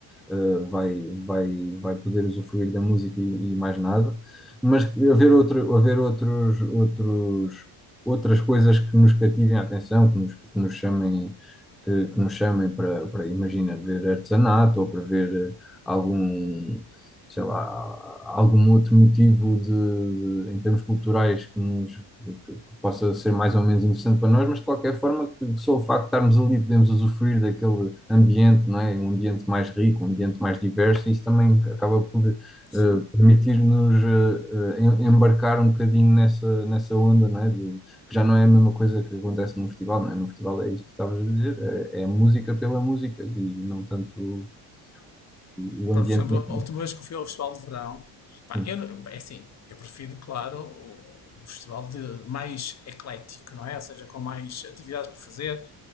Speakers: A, in the centre; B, on the left.
A: uh, vai, vai, vai poder usufruir da música e, e mais nada, mas haver, outro, haver outros, outros, outras coisas que nos cativem a atenção, que nos, que nos chamem. Que, que nos chamem para, para, imagina, ver artesanato ou para ver uh, algum, sei lá, algum outro motivo de, de- em termos culturais que, nos, que- que possa ser mais ou menos interessante para nós, mas de qualquer forma só o facto de estarmos ali podemos usufruir daquele ambiente, não é? Um ambiente mais rico, um ambiente mais diverso, e isso também acaba por eh,
B: Sim.
A: permitir-nos eh, eh, em- embarcar um bocadinho nessa, nessa onda, não é? De- que já não é a mesma coisa que acontece no festival, não é? No festival é isso que estavas a dizer, é, é a música pela música e não tanto o,
B: Por
A: o ambiente.
B: exemplo, a última vez que eu fui ao Festival de Verão, pá,
A: Sim,
B: eu, não- é assim, eu prefiro, claro, o- um festival de, mais eclético, não é? Ou seja, com mais atividades para fazer,